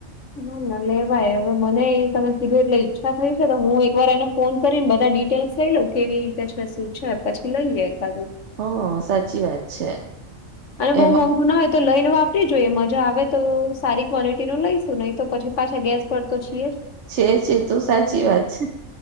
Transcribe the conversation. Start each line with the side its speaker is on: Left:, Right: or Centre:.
Left: ના ના લેવાય હવે મને એ તમે સીધું એટલે ઈચ્છા થય છે તો હું એક વાર એને ફોન કરીને બધા ડિટેલ્સ લઈ લઉ કેવી રીતે છે શું છે પછી લઈએ એકાદું
Right: હમ સાચી વાત છે
Left: અને બહુ
Right: એમાં
Left: મોંઘું ના હોય તો લઈને વાપરી જોઈએ મજા આવે તો સારી ક્વોલિટી નું લઈ નહી તો પછી પાછ ગેસ પર તો છીએ જ
Right: છે છે તું સાચી વાત છે